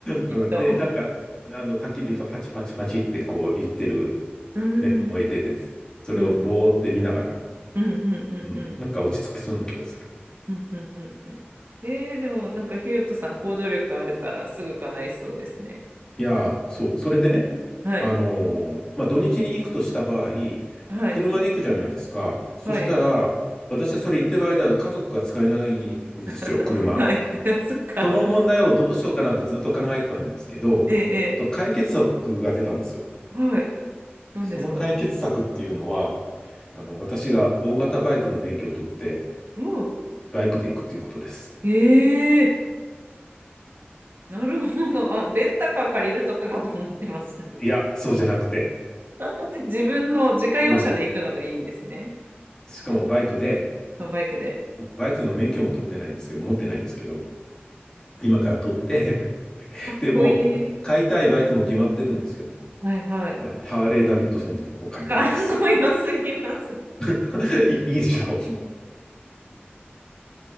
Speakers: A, on the right (about 60°); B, on the left (about 20°).
A: きっと。
B: うん、で、なんか、あの、焚き火がパチパチパチってこう言ってる、
A: うん、
B: ね、燃えてて、それをぼーって見ながら、
A: うん。うんうんう
B: うん、
A: ん
B: なんか落ち着きそうな気がする。
A: うんうんうんうんうんえー、でもなんかひよとさん行動力あるからすぐ叶いそうですね。
B: いやー、そう、それでね、
A: はい
B: あのーまあ、土日に行くとした場合、
A: はい
B: 車で行くじゃないですか。そしたら、
A: はい
B: 私それ行ってる間、家族が使えないんですよ、
A: <laughs>
B: 車。
A: はい <laughs> そっか
B: その問題をどうしようかなってずっと考えたんですけど、
A: ええ
B: と解決策が出たんですよ。
A: ええはい何ですか
B: その解決策っていうのは、あの、私が大型バイクの免許を取って、
A: おう
B: バイクで行くっていうことです。
A: ええなるほどあレンタカー借りるとかかと思ってました。
B: いや、そうじゃなくて、
A: <laughs> 自分の自家用車で行くのがいいんですね。
B: うん。しかもバイクで、
A: バイクで。
B: 僕バイクの免許も取ってないんですけど、持ってないんですけど、今から取って <laughs>
A: かっこいい。
B: で、もう、買いたいバイクも決まってるんですよ。
A: はいはい。
B: あハーレー・ダビッドソンにも買いたいんです。
A: かっこよすぎます。<laughs>
B: <laughs> いいいでしょ。